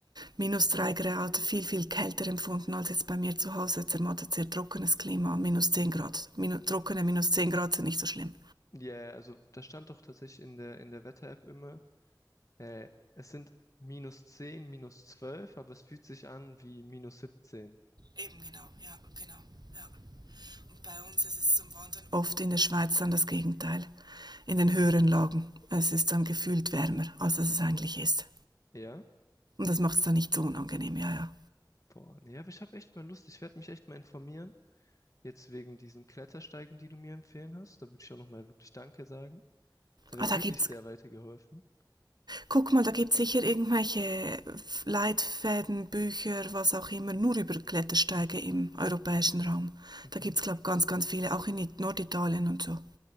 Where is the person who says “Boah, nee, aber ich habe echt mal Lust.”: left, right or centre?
Left